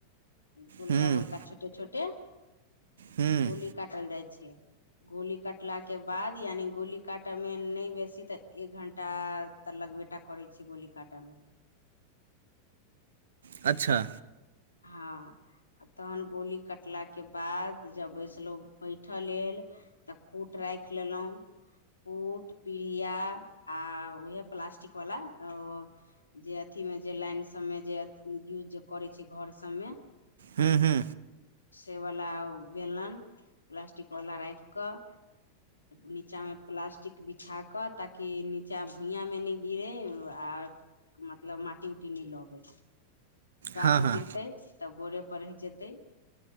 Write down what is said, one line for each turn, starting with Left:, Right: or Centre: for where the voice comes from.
Left: गोलका
Right: हूँ
Left: गोलका छोटे छोटे
Right: हूँ
Left: गोली काटल जाइ छैय गोली कटलाके बाद यानि गोली काटयमे नहि बेसी तऽ एक घण्टा तऽ लगबेटा करे छैय गोली काटऽ मे
Right: अच्छा
Left: हँ आ तहन गोली कटलाके बाद जब बैसलौ बैठय लेल तऽ कूट राखि लेलौ कूट पीढ़िया आ उहे प्लास्टिक वाला ओ जे अथी मे जे लाइन सबमे जे यूज जे करै छै घर सबमे
Right: हूँ हूँ
Left: से बला बेलन प्लास्टिक वला राख कऽ नीचा में प्लास्टिक बिछा के ताकि नीचा भुइया में नैय गिरे आ मतलब माटी उटी नय लगै
Right: हँ
Left: पगीरतै
Right: हँ
Left: तब बोरे पर रहि जेते